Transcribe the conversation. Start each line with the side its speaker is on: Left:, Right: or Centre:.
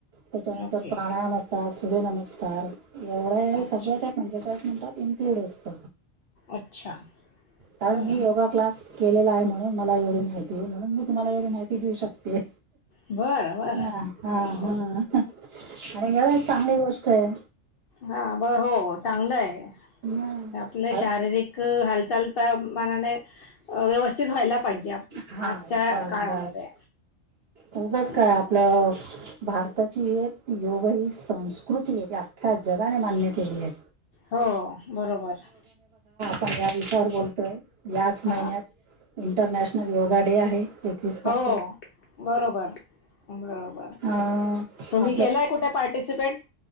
Right: त्याच्यानंतर
Left: ओके.
Right: प्राणायाम असतात. सूर्यनमस्कार एवढं आहे
Left: अच्छा.
Right: सगळं त्या पंचेचाळीस मिनिटात इन्क्लूड असत.
Left: अच्छा.
Right: कारण
Left: बरं.
Right: मी योगा क्लास केलेला आहे म्हणून मला एवढी माहिती आहे. म्हणून मी तुम्हाला एवढी माहिती देऊ शकते.
Left: बरं. बरं.
Right: हा हा
Left: अ,
Right: हा आणि खरच चांगली गोष्ट आहे.
Left: हा. हो चांगलं आहे
Right: हा.
Left: आपले
Right: अ-
Left: शारीरिक हालचाल तर मनाने व्यवस्थित व्हायला पाहिजे आप
Right: हा
Left: आजच्या
Right: बास
Left: काळामध्ये.
Right: बास उघच
Left: बरोबर.
Right: काय आपलं. भारताची एक योग ही संस्कृती आहे. ती अख्या जगाने मान्य केली आहे.
Left: हो बरोबर.
Right: पण या विषयावर बोलतोय. याच
Left: हा
Right: महिन्यात इंटरनॅशनल योगा डे आहे. एकवीस तारखेला
Left: हो बरोबर बरोबर.
Right: अं,
Left: तुम्ही
Right: आपल्या
Left: केलाय कुठे पार्टिसिपेट